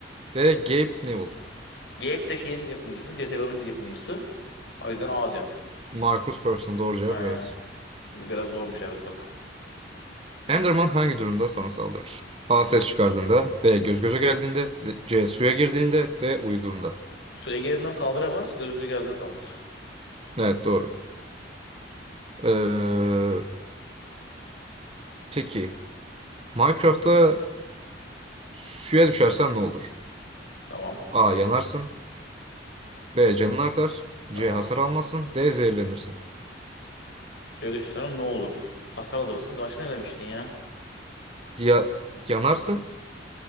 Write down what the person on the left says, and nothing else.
Gap de şeyin yapımcısı. CSGO'nun yapımcısı. O yüzden A diyorum.
Aynen.
Bu biraz zormuş evet bak.
Suya geldiğinde saldıramaz. Gözünüze geldiğinde saldır.
Tamam.
Tamam.
Suya düşsen ne olur? Hasar alırsın. Başka ne demiştin ya?